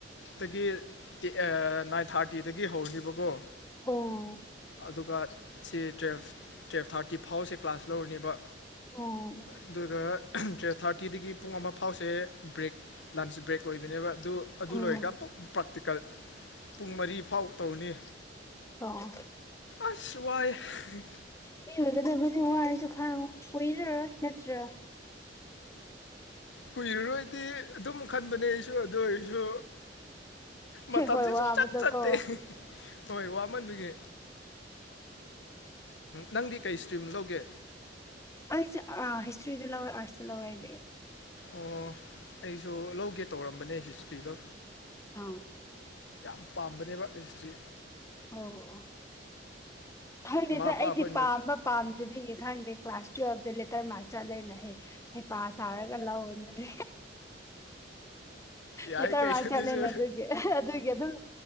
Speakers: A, on the left (about 75°); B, on the left (about 15°).
A: ꯗꯒꯤ <inaudible> ꯊꯥꯔꯇꯤꯗꯒꯤ ꯍꯧꯔꯅꯤꯕꯀꯣ
B: ꯑꯣ
A: ꯑꯗꯨꯒ ꯁꯤ ꯇꯨꯋꯜꯐ ꯇꯨꯌꯦ ꯊꯥꯔꯇꯤ ꯐꯥꯎꯁꯦ ꯀ꯭ꯂꯥꯁ ꯂꯧꯔꯅꯦꯕ
B: ꯎꯝ
A: ꯑꯗꯨꯒ ꯇꯨꯌꯦꯞ ꯊꯥꯔ ꯀꯀꯤꯗꯒꯤ ꯄꯨꯡ ꯑꯃ ꯐꯥꯎꯁꯦ ꯕ꯭ꯔꯦꯛ ꯂꯟꯁ ꯕ꯭ꯔꯦꯛ ꯑꯣꯏꯕꯅꯦꯕ ꯑꯗꯨ ꯑꯗꯨ
B: ꯎꯝ
A: ꯂꯣꯏꯔꯒ ꯑꯃꯨꯛ ꯄ꯭ꯔꯥꯛꯇꯤꯀꯦꯜ ꯄꯨꯡ ꯃꯔꯤ ꯐꯥꯎ ꯇꯧꯅꯤ
B: ꯑꯣꯑꫭ
A: ꯑꯁ ꯋꯥꯏꯌ°
B: ꯃꯤ ꯑꯣꯏꯒꯗꯕꯨꯗꯤ ꯋꯥꯔꯁꯨ ꯈꯥꯡꯉꯨ ꯀꯣꯏꯔꯔꯣꯏ ꯅꯠꯇ꯭ꯔꯥ
A: ꯀꯨꯏꯔꯔꯣꯏꯗꯤ ꯑꯗꯨꯝ ꯈꯟꯕꯅꯦ ꯑꯩꯁꯨ ꯑꯗꯨ ꯑꯣꯏꯔꯁꯨ ꯃꯇꯝꯁꯦ
B: ꯍꯣꯏ ꯋꯥꯕꯗꯣꯀꯣ
A: ꯁꯨꯡꯆꯠ ꯆꯠꯇꯦ ꯍꯣꯏ ꯋꯥꯃꯟꯕꯤꯒꯤ ꯅꯪꯗꯤ ꯀꯩ ꯏꯁꯇ꯭ꯔꯤꯝ ꯂꯧꯒꯦ
B: ꯑꯩꯁꯦ ꯑꯥ ꯍꯤꯁꯇ꯭ꯔꯤꯗ ꯂꯧꯋꯦ ꯑꯥꯔꯠꯁꯇ ꯂꯧꯋꯦ ꯑꯩꯗꯤ
A: ꯑꯣ ꯑꯩꯁꯨ ꯂꯧꯒꯦ ꯇꯧꯔꯝꯕꯅꯦ ꯍꯤꯁꯇ꯭ꯔꯤꯗꯣ
B: ꯑꯥ
A: ꯌꯥꯝ ꯄꯥꯝꯕꯅꯦꯕ ꯍꯤꯁꯇ꯭ꯔꯤ
B: ꯑꯣ ꯈꯪꯗꯦꯗ
A: ꯏꯃꯥ ꯏꯄꯥ
B: ꯑꯩꯗꯤ
A: ꯑꯩꯈꯣꯏꯅ
B: ꯄꯥꯝꯕ ꯄꯥꯝꯗꯕꯤꯒꯤ ꯈꯪꯗꯦ ꯀ꯭ꯂꯥꯁ ꯇꯨꯌꯦꯜꯞꯇ ꯂꯦꯇꯔ ꯃꯥꯔꯛ ꯆꯠꯂꯅ ꯍꯦ ꯍꯩꯄꯥ ꯁꯥꯔꯒ ꯔꯧꯕꯅꯤꯗꯥ
A: ꯌꯥꯏ
B: ꯂꯦꯇꯔ
A: ꯀꯩꯁꯨ
B: ꯃꯥꯔꯛ
A: ꯑꯗꯨꯁꯨ
B: ꯆꯠꯂꯦꯅ ꯑꯗꯨꯒꯤ ꯑꯗꯨꯒꯤ ꯑꯗꯨꯝ